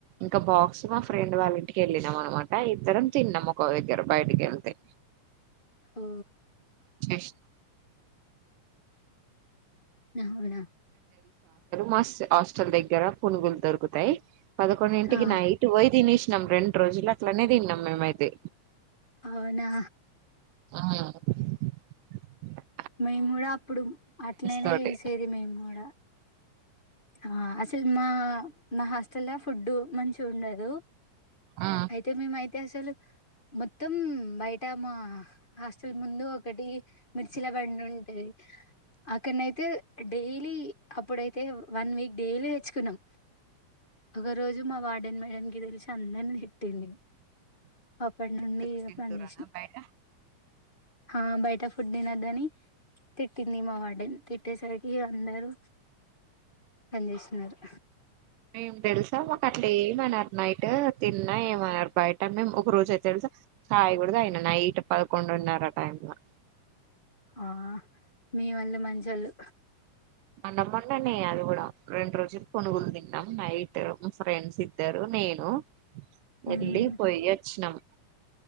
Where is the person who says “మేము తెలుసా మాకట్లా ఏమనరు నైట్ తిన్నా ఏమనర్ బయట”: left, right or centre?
Right